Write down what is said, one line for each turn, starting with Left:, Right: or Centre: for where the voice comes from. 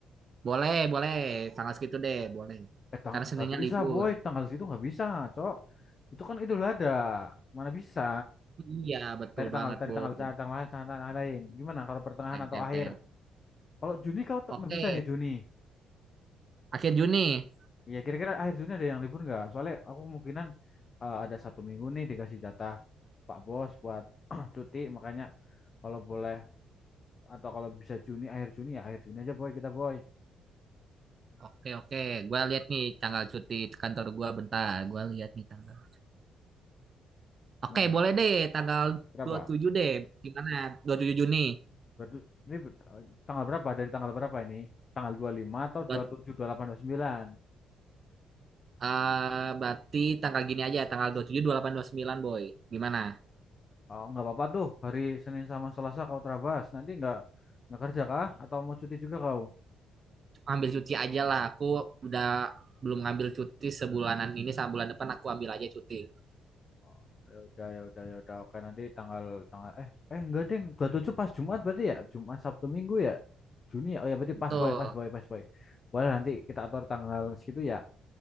Right: boleh, boleh. Tanggal segitu deh, boleh.
Left: Eh, tang
Right: Karena Seninnya
Left: nggak bisa
Right: libur.
Left: boy, tanggal situ nggak bisa, cok. Itu kan Idul Adha, mana bisa?
Right: Iya, betul
Left: Cari tanggal,
Right: banget,
Left: cari
Right: Boy.
Left: tanggal, cari tanggal, lain, tanggal, tanggal lain. Gimana kalau pertengahan
Right: Oke,
Left: atau
Right: oke,
Left: akhir?
Right: oke.
Left: Kalau Juni kau tuh
Right: Oke,
Left: nggak bisa nih Juni.
Right: akhir Juni.
Left: Iya, kira-kira akhir Juni ada yang libur nggak? Soalnya aku kemungkinan eh, ada satu minggu nih dikasih jatah Pak Bos buat <clears throat> cuti, makanya kalau boleh atau kalau bisa Juni, akhir Juni ya akhir Juni aja boy kita boy.
Right: Oke, oke. Gua lihat nih tanggal cuti kantor gua bentar. Gua lihat nih tanggal. Oke,
Left: Mana?
Right: boleh deh tanggal
Left: Berapa?
Right: dua puluh tujuh deh. Gimana? dua puluh tujuh Juni
Left: Berdu- Ini ber- eh, tanggal berapa? Dari tanggal berapa ini? Tanggal 25 atau
Right: buat
Left: dua puluh tujuh, dua puluh delapan, dua puluh tujuh 27, 28,
Right: Eh berarti tanggal gini aja, tanggal dua dua puluh puluh tujuh dua puluh delapan dua puluh sembilan Boy. Gimana?
Left: 29? Oh, nggak apa-apa tuh hari Senin sama Selasa kau terabas. Nanti nggak nggak kerja kah? Atau mau cuti juga kau?
Right: Ambil cuti aja lah. Aku udah belum ngambil cuti sebulanan ini, sama bulan depan aku ambil aja cuti.
Left: Oh, ya udah ya udah ya udah oke nanti tanggal tanggal eh eh enggak ding 27 pas Jumat berarti ya Jumat Sabtu Minggu ya Juni ya oh ya berarti
Right: Betul.
Left: pas boy pas boy pas boy boleh nanti kita atur tanggal segitu ya